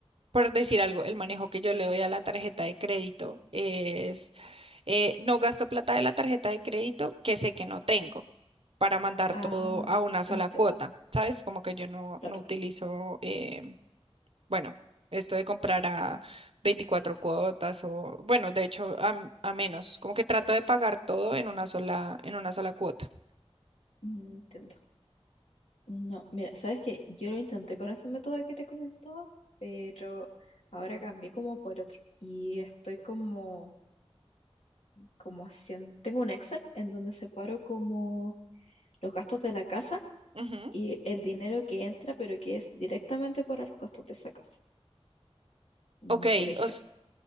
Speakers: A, on the right; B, on the left.
A: por decir algo, el manejo que yo le doy a la tarjeta de crédito es, eh, no gasto plata de la tarjeta de crédito que sé que no tengo para mandar
B: Ah,
A: todo a una
B: te
A: sola
B: entiendo,
A: cuota, ¿sabes? Como que yo no,
B: claro,
A: no utilizo... eh, Bueno, esto de comprar a 24 cuotas o, bueno, de hecho, a, m- a menos. Como que trato de pagar todo en una sola, en una sola cuota.
B: Mm, entiendo. No, mira, sabes que yo lo intenté con ese método que te comentaba, pero ahora cambié como por otro. Y estoy como, como haciendo, tengo un Excel en donde separo como los gastos de la casa
A: Ujú.
B: y el dinero que entra, pero que es directamente para los gastos de esa casa. Mm,
A: Ok,
B: Por ejemplo,
A: os,